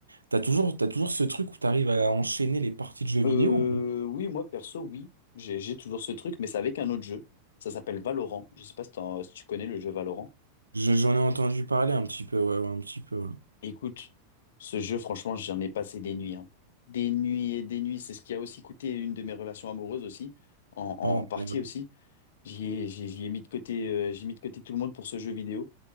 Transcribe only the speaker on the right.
t'as toujours, t'as toujours ce truc où t'arrives à enchaîner les parties de jeux vidéo
ou pas
Je- J'en ai entendu parler un petit peu, ouais, ouais, un petit peu. ouais.
Oh,
merde.